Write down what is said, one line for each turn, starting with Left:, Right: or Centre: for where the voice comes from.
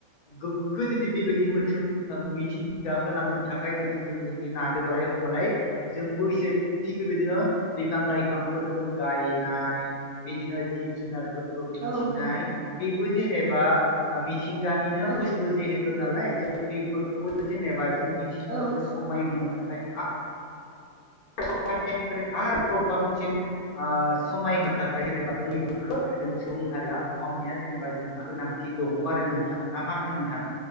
Left: गोग्गो जुदि बेबायदि मोथों ओ मिथिंगा खालामनो थाखाय जुदि जों जुदि नादोबालाय हमबालाय जोंबो इसे थिग बिबेदिनो बिफां लाइफांफोरखौ गायनाय बेदिनो जिब जुनार फोरखो फिसिनाय
Right: औ औ
Left: बेबो जेनेबा ओ मिथिंगानिनो
Right: औ
Left: बुस्थु जिहे थ' नालाय जों बेफोरखौबो जेनेबा जों मिथिंगाखौ
Right: औ
Left: समायहोनो थाखाय आ <unintelligible> आरोबाव बांसिन आ समायहो थाखाय जेनेबा जोंनिखो जों सुबुं हारिया मावनाया जेनेबा जोंहा गोनां खि दङ' आरो नोंथां ना मा होनो नोंथां?